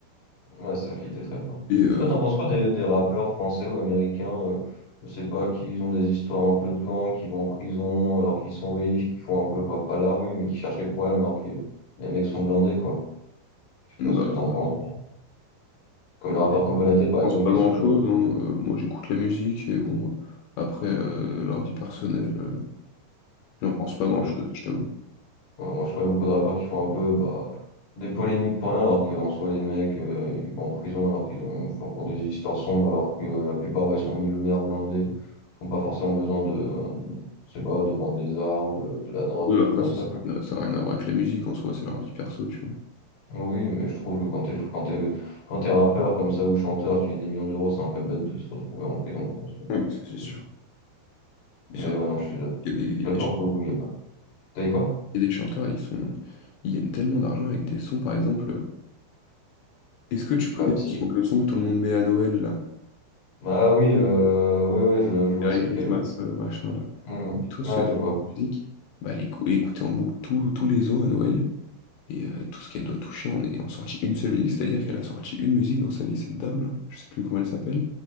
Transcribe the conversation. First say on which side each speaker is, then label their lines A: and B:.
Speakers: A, on the left (about 55°); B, on the left (about 70°).
A: Ouais, c'est vrai qu'il était très fort.
B: Et, euh,
A: D'ailleurs, t'en penses quoi des, des rappeurs français ou américains, euh, je sais pas, qui ont des histoires un peu de gang, qui vont en prison alors qu'ils sont riches, qui font un peu pas, pas la rue, mais qui cherchent les problèmes alors que les mecs sont blindés, quoi. Je sais
B: bah,
A: pas ce que t'en penses. Comme
B: bon,
A: le rappeur
B: je
A: Kobolade, par exemple,
B: pense pas
A: qui
B: grand-chose,
A: est
B: hein. Euh, Moi, j'écoute la musique, et bon, après, euh, leur vie personnelle. euh, J'en pense pas
A: souvent
B: grand-chose, je t'avoue.
A: Ouais, moi, je crois qu'il y a beaucoup de rappeurs qui font un peu bah, des polémiques pour rien, alors qu'en soi, les mecs, euh, ils vont en prison alors qu'ils ont, enfin, pour des histoires sombres, alors que euh, la plupart bah, sont millionnaires, blindés, qui n'ont pas forcément besoin de, euh, je sais pas, de vendre des armes, de, de la drogue,
B: Oui,
A: des trucs
B: après,
A: comme
B: ça,
A: ça.
B: ça
A: quoi.
B: n'a rien à ça a rien à voir avec la musique en soi, c'est leur vie perso, tu vois.
A: Oui, mais je trouve que quand t'es, quand t'es, quand t'es rappeur comme ça ou chanteur, tu gagnes des millions d'euros, c'est un peu bête de se retrouver en prison, quoi. C'est- c'est
B: Ouais, bah, ça, c'est
A: ce
B: sûr.
A: que je trouve.
B: Ils
A: Mais
B: sont...
A: ouais, non, je suis
B: Il y a des, il y
A: d'accord
B: a des ch-
A: que oui, y a pas- T'as dit quoi?
B: il y a des chanteurs, ils sont... ils gagnent tellement d'argent avec des sons, par exemple. euh, Est-ce que tu connais
A: Bah, psy.
B: le son, le son que tout le monde met à Noël, là?
A: Ah oui, euh, oui, ouais, je, je vois
B: Merry
A: c'est
B: Christmas,
A: lequel, ouais.
B: euh, machin, là.
A: Mm.
B: Et toi,
A: Ah,
B: ce- cette
A: je vois.
B: musique, bah, elle est écou- écoutée en boucle tous tous les ans à Noël. Et euh, tout ce qu'elle doit toucher en est en sortie une seule musique, c'est-à-dire qu'elle a sorti une musique dans sa vie, cette dame-là. Je sais plus comment elle s'appelle.